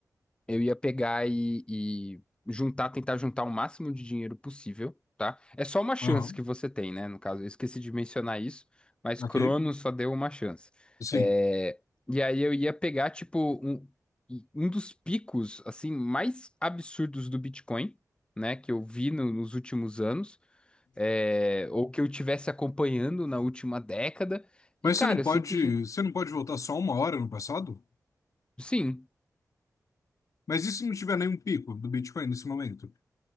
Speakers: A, on the left; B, on the left.
A: eu ia pegar e, e juntar, tentar juntar o máximo de dinheiro possível, tá? É só uma chance
B: Aham,
A: que você tem, né? No caso, eu esqueci de mencionar isso, mas
B: ok.
A: Cronos só deu uma chance.
B: Sim.
A: É, e aí eu ia pegar, tipo, um, um dos picos, assim, mais absurdos do Bitcoin, né? Que eu vi no- nos últimos anos, é, ou que eu tivesse acompanhando na última década.
B: Mas
A: E, cara,
B: você não
A: eu
B: pode,
A: simplesmente.
B: você não pode voltar só uma hora no passado?
A: Sim.
B: Mas e se não tiver nenhum pico do Bitcoin nesse momento?